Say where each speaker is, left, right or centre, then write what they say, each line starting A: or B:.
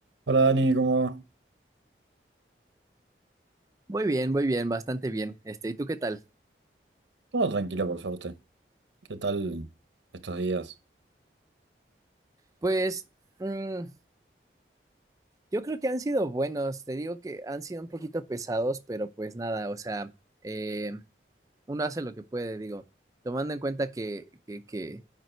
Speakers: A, on the right; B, on the right.
A: Hola Dani, ¿cómo va?
B: Muy bien, muy bien, bastante bien. Este, ¿y tú qué tal?
A: Todo tranquilo por suerte. ¿Qué tal estos días?
B: Pues mm, yo creo que han sido buenos, te digo que han sido un poquito pesados, pero pues nada, o sea, eh, uno hace lo que puede, digo, tomando en cuenta que, que, que,